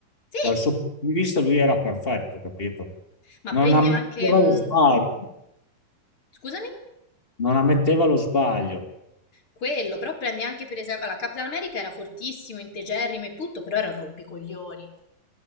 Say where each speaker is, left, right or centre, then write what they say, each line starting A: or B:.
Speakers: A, on the left; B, on the left.
A: Sì,
B: Dal suo punto di vista lui era perfetto, capito?
A: ma
B: Non
A: prendi
B: ammetteva
A: anche... mm,
B: lo sbaglio.
A: Scusami?
B: non ammetteva lo sbaglio,
A: Quello, però prendi anche per esempio, la Capitan America era fortissimo, integerrimo e tutto, però era un rompicoglioni.